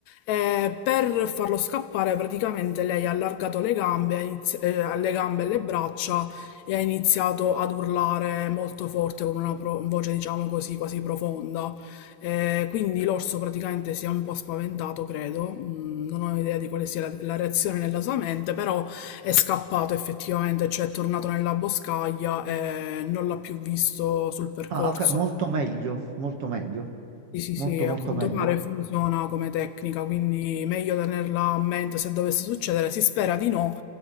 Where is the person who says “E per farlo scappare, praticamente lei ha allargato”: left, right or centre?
Left